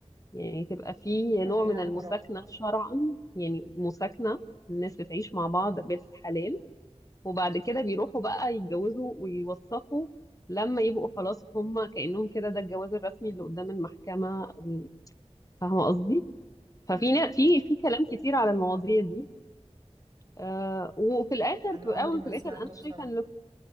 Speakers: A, on the left; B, on the right.
A: يعني تبقى في
B: يعني
A: نوع من
B: ايه على
A: المساكنه
B: مراحل
A: شرعا يعني مساكنه الناس بتعيش مع بعض بالحلال وبعد كده بيروحوا بقى يتجوزوا ويوثقوا لما يبقوا خلاص هم كأنهم كده ده الجواز الرسمي اللي قدام المحكمة ال- فاهمة قصدي؟ ففي
B: مم.
A: نا- في في كلام كتير على المواضيع دي آه وفي الآخر
B: انا
A: في الأول
B: عمري ما
A: وفي
B: سمعته
A: الآخر أنا
B: بصراحة
A: شايفة ان